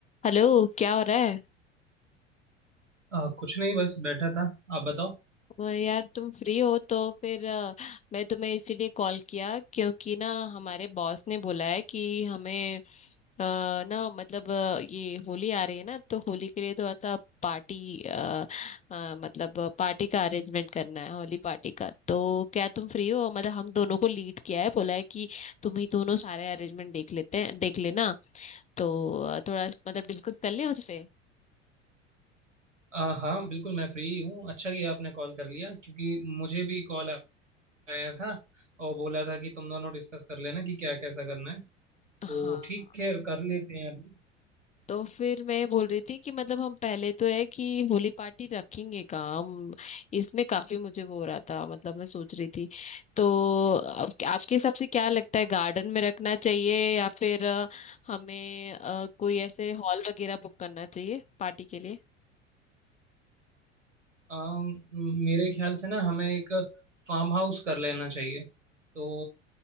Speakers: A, on the left; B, on the right.
A: Hello क्या हो रहा है
B: आ, कुछ नहीं बस बैठा था आप बताओ
A: वो यार तुम फ्री हो तो फिर अ, मैं तुम्हें इसीलिए कॉल किया क्योंकि ना हमारे बॉस ने बोला है कि हमें अ, ना मतलब अ, ये होली आ रही है ना तो होली के लिए थोड़ा सा पार्टी अ, अ, मतलब पार्टी का अरेंजमेंट करना है होली पार्टी का तो क्या तुम फ्री हो मतलब हम दोनों को लीड किया है बोला है कि तुम ही दोनों सारे अरेंजमेंट देख लेते हैं देख लेना तो अ, थोड़ा मतलब डिस्कस कर लें उससे
B: आ, हाँ बिल्कुल मैं फ्री हूँ अच्छा किया आपने कॉल कर लिया क्योंकि मुझे भी कॉल आया था और बोला था कि तुम दोनों डिस्कस कर लेना कि क्या कैसा करना है तो
A: हाँ
B: ठीक है कर लेते हैं अभी
A: तो फिर मैं ये बोल रही थी कि मतलब हम पहले तो है कि होली पार्टी रखेंगे काम इसमें काफी मुझे वो हो रहा था मतलब मैं सोच रही थी तो अब आपके हिसाब से क्या लगता है गार्डन में रखना चाहिए या फिर अ, हमें अ, कोई ऐसे हॉल वगैरह बुक करना चाहिए पार्टी के लिए
B: आ, मेरे ख्याल से ना हमें एक फार्म हाउस कर लेना चाहिए तो